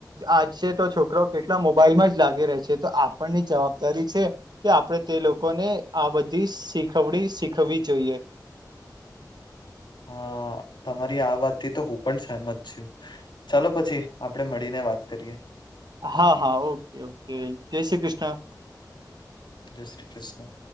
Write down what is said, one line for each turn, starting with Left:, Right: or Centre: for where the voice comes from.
Right: આજે તો છોકરો કેટલા મોબાઈલ માં જ લાગી રહે છે તો આપ પણની જવાબદારી છે. કે આપણે તે લોકોને આ બધી શીખવણી શીખવવી જોઈએ.
Left: હા તમારી આ વાતથી તો હું પણ સહમત છું. ચાલો પછી આપડે મળીને વાત કરીએ.
Right: હા હા ઓકે ઓકે જય શ્રી કૃષ્ણ.
Left: જય શ્રી કૃષ્ણ.